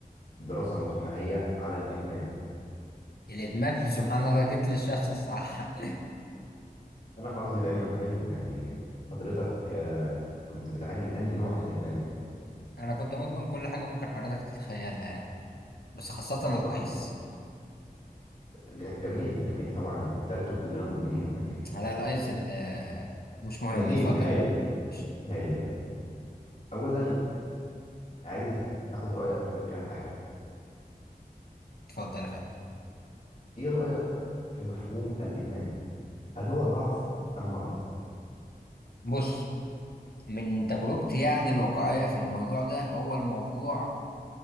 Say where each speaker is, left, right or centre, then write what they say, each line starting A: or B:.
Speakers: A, on the left (about 50°); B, on the left (about 80°).
A: دراسه مجتمعيه على الادمان
B: الادمان <laughs> سبحان الله جيت للشخص الصح
A: انا حظي دايما حلو يعني حضرتك آه، كنت بتعاني من انهي نوع من الادمان يعني
B: انا كنت مدمن كل حاجه ممكن حضرتك تتخيلها يعني بس خاصه
A: طبعا
B: الايس
A: ج- جميل جميل طبعا التلج كلنا مدمنينه يعني
B: على الايس اللي مش مهم
A: جميل
B: اتفضل
A: <laughs> هايل
B: يعني. ماشي.
A: هايل يا فندم اولا عايز اخد رايك في كام حاجه
B: اتفضل يا فندم
A: ايه رايك في مفهوم الادمان هل هو ضعف ام مرض
B: بص من تجربتي يعني الواقعيه في الموضوع ده هو الموضوع